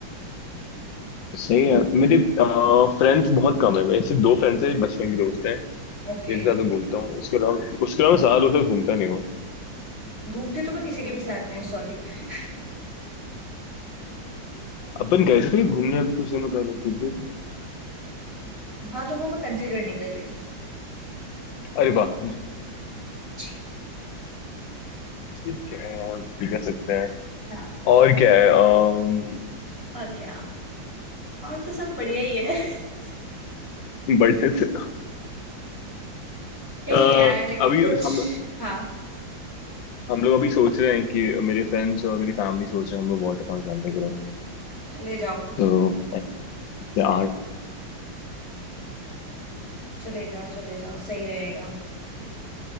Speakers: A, on the left; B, on the right.
A: सही है मेरे फ्रेंड्स बहुत कम है मेरे सिर्फ दो फ्रेंड्स हैं बचपन के दोस्त हैं
B: ओके
A: जिनके साथ मैं घूमता हूँ उसके अलावा उसके अलावा ज्यादा लोग से घूमता नहीं हूँ
B: घूमती तो मैं किसी के भी साथ नहीं हूँ सॉरी <laughs>
A: अपन गए थे तो घूमने अभी कुछ दिनों पहले भूल गए थे
B: हाँ तो वो मैं वो कंसिडर नहीं कर रही हूँ
A: अरे वाह
B: जी
A: ठीक है यार ठीक कर सकते हैं
B: हाँ
A: और क्या है अम,
B: और क्या और तो सब बढ़िया ही है <laughs>
A: बर्थडे से
B: यही
A: अ,
B: है यार लेकिन
A: अभी
B: कुछ
A: हम लोग
B: हाँ
A: हम लोग अभी सोच रहे हैं कि मेरे फ्रेंड्स और मेरी फैमिली सोच रहे हैं हम लोग वाटर पार्क जाने के लिए
B: चले जाओ
A: तो ऐसे आठ
B: चले जाओ चले जाओ सही रहेगा